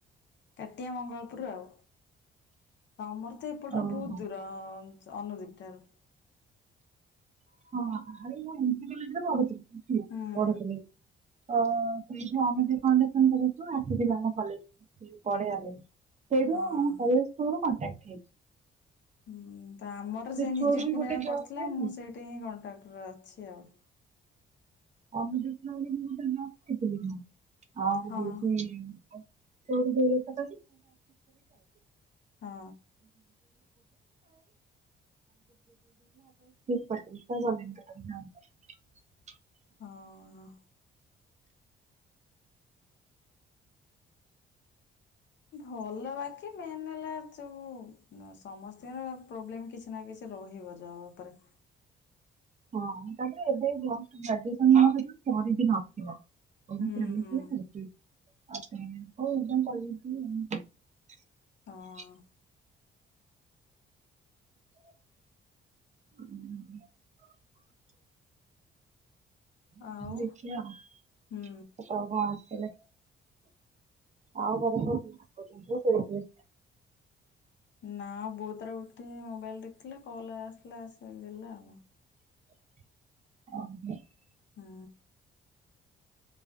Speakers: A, on the left; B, on the right.
A: କାଟିଆ ମଙ୍ଗଳପୁର ଆଉ ତମର ତ ଏପଟରେ
B: ଓହୋ
A: ବହୁତ ଦୂର ଅନୁଦିକ ଠାରୁ
B: ହଁ ଆଉ <unintelligible> ରେ ପଢୁଛି <unintelligible>
A: ହୁଁ
B: ତ <unintelligible> କରଛୁ ଆସ ଆମ କଲେଜ ପଢେଇବା ପାଇଁ। ସେଇଠୁ ଆମ କଲେଜକୁ ଥ୍ରୋ
A: ହଁ।
B: ରୁ କଣ୍ଟାଣ୍ଟ । ଠିକ
A: ହୁଁ ତ ଆମର ସେ ନିଯୁକ୍ତି
B: ଥ୍ରୋରୁ ବି ଗୋଟେ
A: ମେଳା
B: ଜବ୍
A: ପଡିଥିଲା
B: ପାଇଥିଲି
A: ମୁଁ ସେଇଠି ହିଁ କଣ୍ଟାଟ ଟ ଅଛି ଆଉ।
B: ଆମ ନା ଜି <unintelligible> <unintelligible> ସବୁ ତ ମୁ ଯାଉଥିଲି <unintelligible>
A: ହଁ ହଁ
B: ଆ <unintelligible> <unintelligible>
A: ହ ଆଁ। ଭଲ ବାକି ମେନ୍ ହେଲା ଯୋଉ ସମସ୍ତିଙ୍କର ପ୍ରୋବ୍ଲେମ କିଛି ନା କିଛି ରହିବ ଜବ ଉପରେ।
B: ହଁ ତାପରେ ଏବେ ଜଷ୍ଟ୍ ଗ୍ରାଜୁଏସନ ସରିଚି ମାସେ ହବ। କଣ
A: ହୁଁ
B: ଚାଲିଥିଲା?
A: ହୁଁ
B: ହୁଁ ହୁଁ ହଉ ମୁଁ କହିଦେଇଥିବି ଆଉ।
A: ହଁ
B: ହୁଁ।
A: ଆଉ
B: ଦେଖିଆ
A: ହୁଁ।
B: କେତେବେଳେ କଣ ଆସିଲେ? ଆଉ ଘରେ ସବୁ <unintelligible>
A: ନା ବୋଉ ତାର ଉଠିକି ମୋବାଇଲ ଦେଖୁଥିଲା କଲ ଆସିଲା ଆସିକି ଦେଲା ଆଉ।
B: <inaudible>
A: ହଁ।